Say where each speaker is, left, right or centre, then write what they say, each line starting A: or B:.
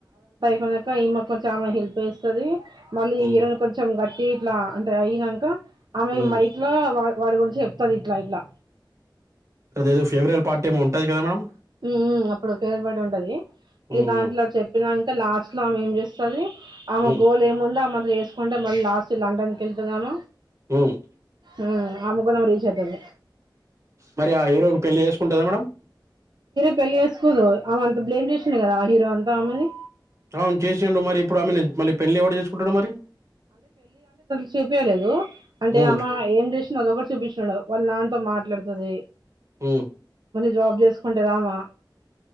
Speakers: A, on the right; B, on the right.
A: పోనక ఈమె కొంచెం ఆమెకు హెల్ప్ చెస్తది మళ్ళీ
B: ఉమ్
A: హీరోన్ కొంచెం గట్టి టీట్లా అంటే అయినాక ఆమె
B: ఉమ్
A: మైక్లా వా వాడి గురించి చెప్తాది ఇట్లా ఇట్లా
B: అదేదో ఫేవరబల్ పార్టీ ఏమొ ఉంటది కదా మేడం
A: మ్ హు అప్పుడు ఫేవరేల్ పార్టీ ఉంటది
B: ఉమ్
A: ఈ దాంట్లో చెప్పినాం లాస్ట్ లో ఆమె ఏం చేస్తది ఆమ
B: ఉమ్
A: గోల్ ఏం ఉందో వేసుకుంటే మళ్ళీ లాస్ట్ లండన్కి వెళ్తుధమ
B: ఉమ్
A: ఆ ఆ ముగ్గురం రీచెతదీ
B: మరి ఆ ఏడుగురు పెళ్లి చేసుకుంటదా మేడమ్
A: పెళ్లి చేేసుకోదు ఆమె అంత బ్లేమ్ చేసిడు కదా హీరో అంతా ఆమెని
B: అవును చేసిండు మరి ఇప్పుడు ఆమెను మళ్ళీ పెళ్లి ఎవడుచేసుకుంటాడు మరి
A: చెపియలేదు అంటే
B: ఉమ్
A: అమఏం చేస్తది ఒకటి చూపించిడు వాళ్ళు నాన్నతో మాట్లాడుతంది
B: హు
A: జాబ్ చేసుకుంఅమా